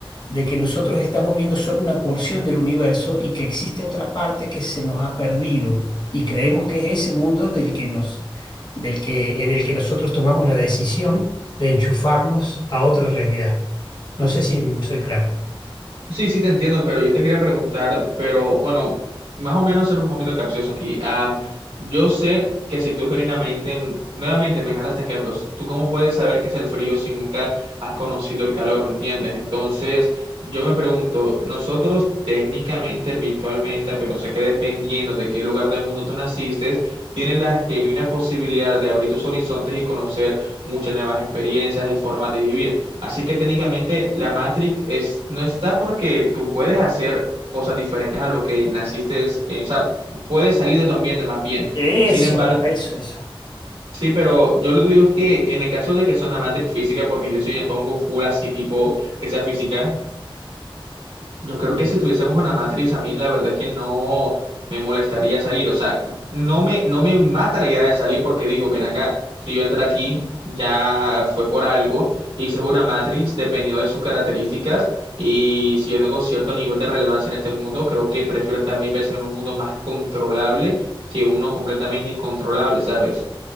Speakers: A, on the left; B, on the right.
A: de que nosotros estamos viendo solo una porción del universo y que existe otra parte que se nos ha perdido y creemos que es ese mundo del que nos, del que, en el que nosotros tomamos la decisión de enchufarnos a otra realidad. No sé si m- soy claro.
B: Sí, sí, te entiendo, pero yo te quería preguntar, pero bueno, más o menos ser un poquito capcioso aquí. Am, yo sé que si tú genuinamente, nuevamente me encanta este ejemplo, tú cómo puedes saber qué es el frío si nunca has conocido el calor, ¿me entiendes? Entonces, yo me pregunto, nosotros técnicamente, virtualmente, pero sé que dependiendo de qué lugar del mundo tú naciste, tienes la genuina posibilidad de abrir tus horizontes y conocer muchas nuevas experiencias y formas de vivir. Así que técnicamente la Matrix es, no está porque tú puedes hacer cosas diferentes a lo que naciste, en- o sea, puedes salir de tu ambiente más bien.
A: Eso,
B: Sin embargo,
A: eso, eso.
B: sí, pero yo lo que digo es que en el caso de que sea una Matrix física, porque yo sí me pongo full así tipo que sea física, yo creo
A: Sí.
B: que si tuviésemos una matriz, a mí la verdad es que no me molestaría salir. O sea, no me, no me mata la idea de salir porque digo, ven acá, si yo entro aquí, ya fue por algo. Y si es una Matrix dependiendo de sus características y si yo tengo cierto nivel de relevancia en este mundo, creo que prefiero estar mil veces en un mundo más controlable que uno completamente incontrolable, ¿sabes?